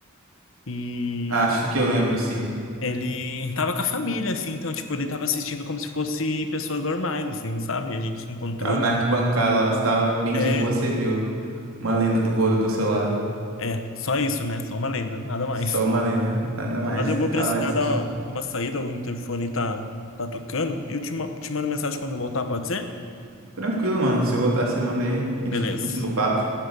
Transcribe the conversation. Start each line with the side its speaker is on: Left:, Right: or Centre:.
Left: E
Right: Acho que eu lembro, sim.
Left: Ele tava com a família, assim, então, tipo, ele tava assistindo como se fosse pessoas normais, assim, sabe? A gente encontrou.
Right: Tava na arquibancada lá, você tava bem
Left: É,
Right: de boa, você viu uma
Left: hum,
Right: lenda do vôlei do seu lado.
Left: é, só isso, né? Só uma lenda, nada mais.
Right: Só uma lenda, nada mais.
Left: Mas eu
Right: Você
Left: vou
Right: tá
Left: precisar
Right: lá de assistindo.
Left: dar uma saída, o interfone tá, tá tocando, e eu te, ma- te mando mensagem quando eu voltar, pode ser?
Right: Tranquilo, mano. Se eu voltar, você manda aí. A gente
Left: Beleza,
Right: continua o papo.